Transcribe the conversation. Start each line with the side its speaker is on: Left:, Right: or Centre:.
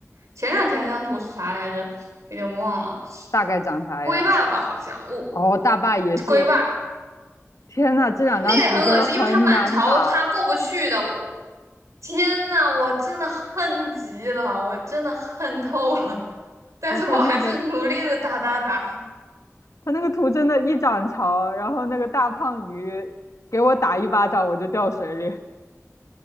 Right: 前两天那张图是啥来着？有点忘了，
Left: 大概长啥样？
Right: 龟爸爸好像，我、
Left: 哦，大坝也是。
Right: 这龟爸
Left: 天呐，这两张图真的很难打。
Right: 那个也很恶心，因为他满潮，他过不去的。我天呐，我真的恨极了，我真的恨透了，<laughs> 但是我还是努力的打打打。
Left: 哇，他那个他那个图真的，一涨潮，然后那个大胖鱼给我打一巴掌，我就掉水里。